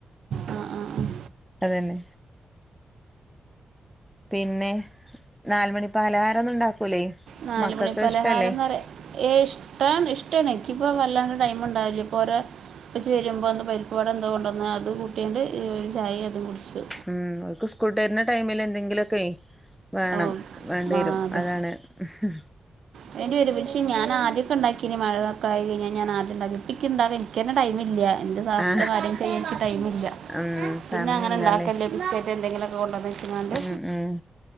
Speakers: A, on the right; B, in the centre.
A: ആ ആ ആ
B: അതന്നെ. പിന്നെ നാല് മണി പാലഹാരൊന്നും ഉണ്ടാക്കൂലേ.
A: നാല്
B: മക്കൾക്ക്
A: മണി പലഹാരന്നറിയ
B: ഇഷ്ടല്ലേ
A: ഏഹ് ഇഷ്ടാണ് ഇഷ്ടമാണ് ഇനിക്കിപ്പൊ വല്ലാണ്ട് ടൈം ഉണ്ടാവില്ലേ ഇപ്പോ ഓരെ ഉപ്പച്ചി വരുമ്പോൾ എന്തോ പരിപ്പ് വട എന്തോ കൊണ്ട് വന്ന് അത് കൂട്ട്യാണ്ട് ഒരു ചായയും അതും കുടിച്ചു
B: ഉം ഓര്ക്ക് സ്കൂൾ വിട്ടുവരുന്ന ടൈമിൽ എന്തെങ്കിലുമൊക്കെ വേണം
A: ഓ
B: വേണ്ടി വരും
A: ആ അതെ
B: അതാണ് ഇഹ്
A: വേണ്ടി വെരും പക്ഷെ ഞാൻ ആദ്യമൊക്കെ ഉണ്ടാക്കിനി മഴയൊക്കെ ആയി കഴഞ്ഞാ ഞാൻ ആദ്യം ഉണ്ടാക്കി ഇപ്പൊ ഇന്കി ഇണ്ടാക്കാൻ ഇനിക്ക് തന്നെ ടൈമില്ല വർക്കും
B: ആ
A: കാര്യം ചെയ്യാൻ ഇന്കി ടൈമില്ല
B: ഉം സമയല്ലാല്ലേ
A: പിന്നെ അങ്ങനെ ഇണ്ടാക്കല്ല ബിസ്ക്കറ്റ് എന്തെങ്കിലുമൊക്കെ കൊണ്ടുവന്ന് വെച്ച്ങ്ങാണ്ട്
B: ഉം ഉം